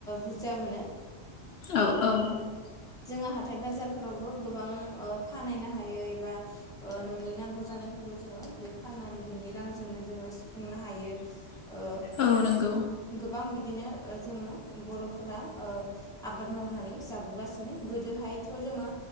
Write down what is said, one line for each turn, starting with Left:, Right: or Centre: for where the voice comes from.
Centre: बुरजा मोनो
Left: औ औ
Centre: जोंङो हाथाय बाजारफोरावबो गोबां ओ फानहैनो हायो एबा ओ न'नि नांगौ जानायफोरखौ जोंङो बे फाननानै बेनि रांजोंनो जोंङो सुफुंनो हायो ओ
Left: औ नोंगौ
Centre: गोबां बिदिनो ओ जोङो बर'फोरा ओ आबाद मावनानै जाबोगासिनो गोदोहायथ' जोङो